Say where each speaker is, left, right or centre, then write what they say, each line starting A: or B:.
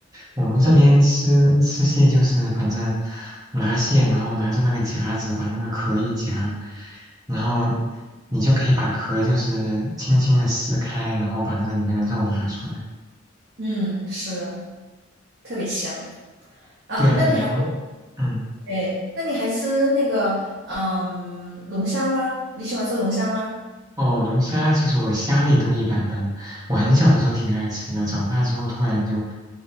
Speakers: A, on the right; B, on the right.
A: 我们这边吃吃蟹就是反正
B: 对，
A: 拿蟹，然后拿着那个夹子把那个壳一夹，然后你就可以把壳就是轻轻的撕开，然后把那个里面的肉拿出来。
B: 嗯，是特别香啊。
A: 对啊，
B: 那你还会？
A: 对啊，然后，嗯，
B: 对，那你还吃那个嗯龙虾吗？你喜欢吃龙虾吗？
A: 哦，龙虾其实我虾类都一般般，我很小的时候挺爱吃的，长大之后突然就